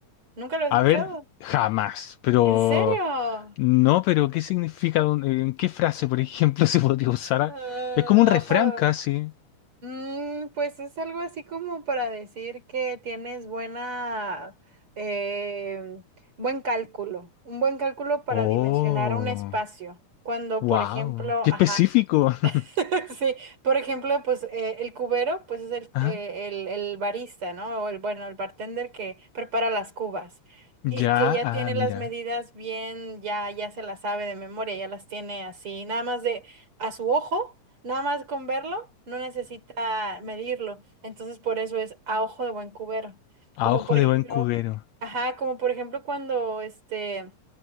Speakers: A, on the right; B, on the left.
A: ¿Nunca lo has
B: A
A: escuchado?
B: ver, jamás, pero
A: ¿En serio?
B: no, pero ¿qué significa? ¿Dónde- ¿En qué frase, por ejemplo, <laughs> se podría usar?
A: Ah,
B: Es como un refrán
A: ojo.
B: casi.
A: Mm, pues es algo así como para decir que tienes buena, eh, buen cálculo, un buen cálculo para
B: Oh,
A: dimensionar un espacio. Cuando,
B: wow,
A: por ejemplo,
B: qué
A: ajá,
B: específico. <laughs>
A: <laughs> Sí, por ejemplo, pues eh, el cubero, pues es el,
B: Ah,
A: eh, el, el barista, ¿no? O el, bueno, el bartender que prepara las cubas y
B: ya,
A: que ya
B: ah,
A: tiene
B: mira.
A: las medidas bien, ya, ya se las sabe de memoria, ya las tiene así, nada más de a su ojo, nada más con verlo, no necesita medirlo. Entonces, por eso es a ojo de buen cubero.
B: A
A: Como
B: ojo
A: por
B: de
A: ejemplo,
B: buen cubero.
A: ajá, como por ejemplo cuando este